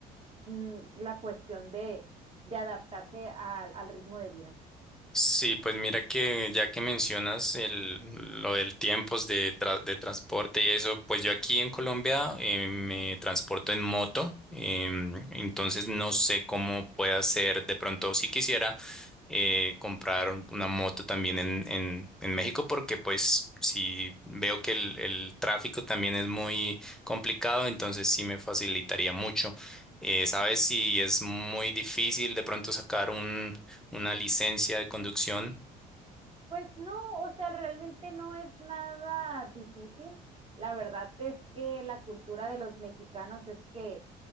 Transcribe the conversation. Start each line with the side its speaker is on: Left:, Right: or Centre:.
Right: mmm, la cuestión de, de adaptarse al, al ritmo de vida.
Centre: Sí, pues mira que ya que mencionas el, lo del tiempos de, tra- de transporte y eso, pues yo aquí en Colombia eh, me transporto en moto, em, entonces no sé cómo pueda ser de pronto si quisiera eh, comprar un- una moto también en, en, en México, porque pues si veo que el, el tráfico también es muy complicado, entonces sí me facilitaría mucho. Eh, ¿sabes si es muy difícil de pronto sacar una licencia de conducción.
Right: Pues no, o sea, realmente no es nada difícil. La verdad es que la cultura de los mexicanos es que